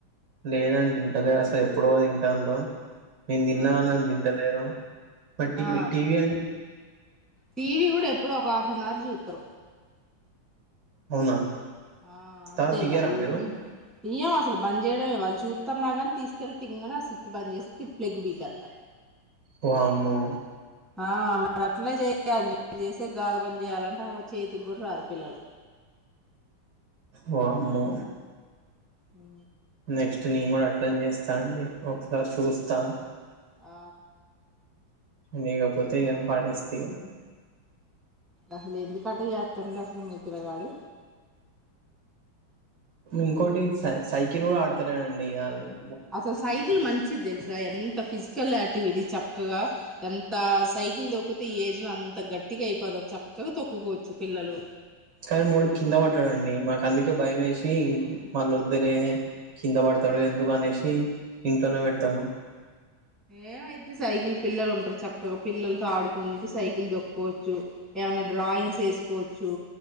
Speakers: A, on the right; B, in the centre.
A: లేదంటే ఇంటలే అసలు ఎప్పుడు ఎప్పుడో తింటారు నేను తిన్నాని
B: ఆ
A: తింటలేరు మట్ టీవ
B: ఆ
A: టీవీ అండి
B: టీవీ కూడా ఎప్పుడో ఒక హాఫ్ అన్ అవర్ చూస్తారు
A: అవునా
B: ఆ అంతే
A: తర్వాత ఇయ్యరా
B: మరి ఊకు
A: మీరు
B: ఇయ్యాం అసలు బంద్ చేయడం ఇవ్వాల చూస్తున్నా కానీ తీసుకెళ్లి తింగన ఆ స్విచ్ బంద్ చేసి ప్లగ్ పీకస్త
A: వామ్మో
B: ఆ మరి అట్లనే చేయ్యాలి మీరు చేసే గారు పని చేయాలంటే చేతికి కూడా రారు పిల్లలు
A: వామ్మో
B: ఉ
A: నెక్స్ట్ నేను కూడా అట్లని చేస్తా అండి ఒకసారి చూస్తా
B: ఆ
A: ఇయ్యకపోతే పడేస్తా ఇగా
B: అసలు ఎందుకట చేస్తాండు అసలు మీ పిల్లగాడు
A: ఇంకోటి సై సైకిల్ కూడా ఆడతలేడండి వాు
B: అసల్ సైకిల్ మంచిదెల్సా ఎంత అంత ఫిజికల్ యాక్టివిటీ చక్కగా ఎంత సైకిల్ తొక్కితే ఏజ్ లో అంత గట్టిగా అయిపోతు చక్కగా తొక్కుకోవచ్చు పిల్లలు
A: కానీ మా వోడు కింద పడ్డడండి మాకు అందుకే భయం వేసి మళ్ళ వద్దలే కింద పడతాడు
B: ఆ
A: ఎందుకు అనేసి ఇంట్లోనే పెడతాను
B: ఏమైద్ది సైకిల్ పిల్లలు ఉంటారు చక్కగా పిల్లలతో ఆడుకుంటూ సైకిల్ దొక్కోవచ్చు ఏమన్నా డ్రాయింగ్స్ వేసుకోవచ్చు